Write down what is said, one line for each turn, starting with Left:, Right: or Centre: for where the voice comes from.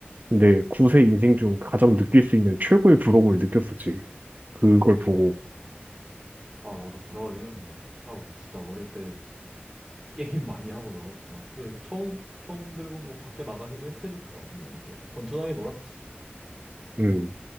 Right: 내 9세 인생 중 가장 느낄 수 있는 최고의 부러움을 느꼈었지. 그걸 보고.
Centre: 아, 나도 부러워하긴 했는데. 아, 우리 진짜 어릴 때 게임 많이 하고 놀았다. 그래, 총, 총 들고 뭐 밖에 나가기도 했으니까, 뭐, 이거 건전하게 놀았지.
Right: 음.